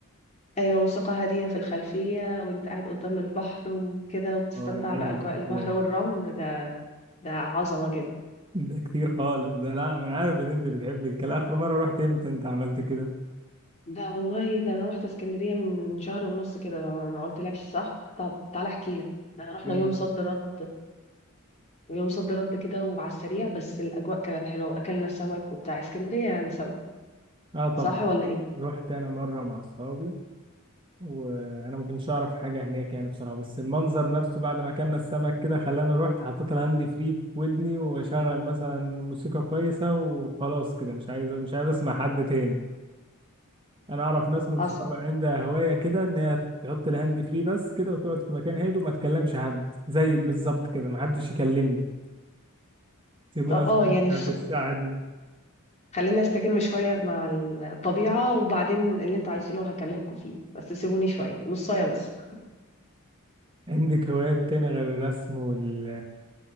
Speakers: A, on the left; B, on the right.
A: أيوة موسيقى هادية في الخلفية وأنت قاعد قدام البحر وكده وبتستمتع
B: اه يا عيني
A: بأجواء
B: على
A: البحر
B: الكلام
A: والرمل ده ده عظمة جدا
B: ده كتير خالص ده لا ما انا عارف ان انت بتحب الكلام اخر مره رحت امتى انت عملت كده
A: ده والله ده أنا رحت اسكندرية من شهر ونص كده ده ما قلتلكش صح طب تعالى أحكي لك ده رحنا
B: مم.
A: يوم صد رد يوم صد رد كده وعلى السريع بس الأجواء كانت حلوة وأكلنا سمك وبتاع اسكندرية يعني سمك
B: اه طبعا
A: صح ولا إيه؟
B: رحت انا مره مع اصحابي وانا ما كنتش اعرف حاجه هناك يعني بصراحه بس المنظر نفسه بعد ما اكلنا السمك كده خلاني رحت حطيت الهاند فري في ودني واشغل مثلا موسيقى كويسه وخلاص كده مش عايز مش عايز اسمع حد تاني انا اعرف ناس من
A: حصل
B: صحابي عندها هوايه كده ان هي تحط الهاند فري بس كده وتقعد في مكان هادي وما تكلمش حد زي بالظبط كده ما حدش يكلمني سيبونا
A: طب اه
B: استمتع
A: يعني
B: بالساعة دي
A: خلينا استجم شوية مع الطبيعة وبعدين اللي انتوا عايزينه هكلمكم فيه بس سيبوني شوية نصاية بس
B: عندك هوايات تاني غير الرسم وال